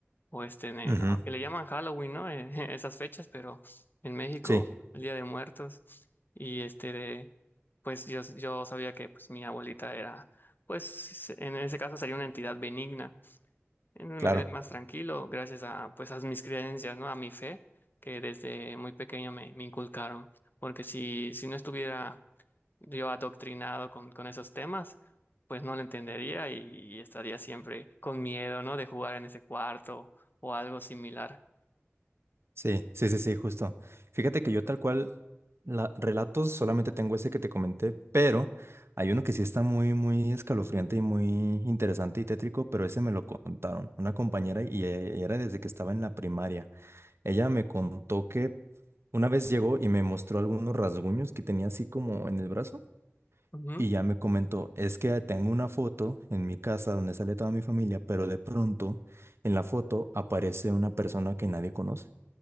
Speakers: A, on the left; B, on the right.
A: o este, en el-
B: ujú,
A: que le llaman Halloween, ¿no? Eh, <laughs> Esas fechas, pero en México,
B: Sí,
A: el Día de Muertos. Y este de, pues yo, yo sabía que pues mi abuelita era, pues en ese caso sería una entidad benigna. Entonces
B: claro.
A: me quedé más tranquilo gracias a, pues a mis creencias, ¿no? A mi fe, que desde muy pequeño me, me inculcaron. Porque si, si no estuviera yo adoctrinado con, con esos temas, pues no lo entendería y, y estaría siempre con miedo, ¿no? De jugar en ese cuarto o algo similar.
B: Sí, sí, sí, sí, justo. Fíjate que yo tal cual, la, relatos solamente tengo ese que te comenté, pero hay uno que sí está muy, muy escalofriante y muy interesante y tétrico, pero ese me lo contaron una compañera y e- era desde que estaba en la primaria. Ella me contó que una vez llegó y me mostró algunos rasguños que tenía así como en el brazo.
A: Ujú.
B: Y ya me comentó, es que tengo una foto en mi casa donde sale toda mi familia, pero de pronto en la foto aparece una persona que nadie conoce.